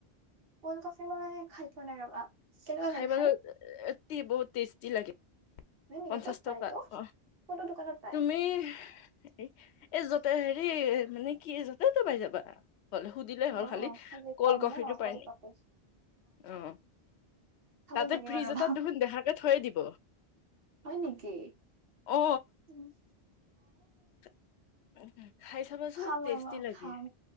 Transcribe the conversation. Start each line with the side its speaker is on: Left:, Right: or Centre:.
Right: কল্ড কফি মই খাই পোৱা নাই ৰবা কেনেকুৱা
Left: খাইবলৈ
Right: লাগে খাই
Left: এ বহুত টেষ্টি লাগে-
Right: হয় নেকি
Left: পঞ্চাশ
Right: ক'ত পায়
Left: টকা
Right: এইটো
Left: অ
Right: কোনটো দোকানত পায়
Left: তুমি এই য হেৰি মানে কি জত তো পাই যাবা হলে সুধিলে
Right: অ
Left: হ'ল খালি কল্ড
Right: কম
Left: কফিটো
Right: ন কোল্ড
Left: পাই নে
Right: কফি
Left: অ-
Right: খাব
Left: তাতে
Right: লাগিব
Left: ফ্ৰিজ
Right: ৰবা
Left: এটাত দুখোন দেহাকে থৈ দিব।
Right: হয় নেকি?
Left: অ
Right: উ-
Left: <inaudible> খাই চাব চোন
Right: খাম
Left: টেষ্টি
Right: ৰবা
Left: লাগে
Right: খাম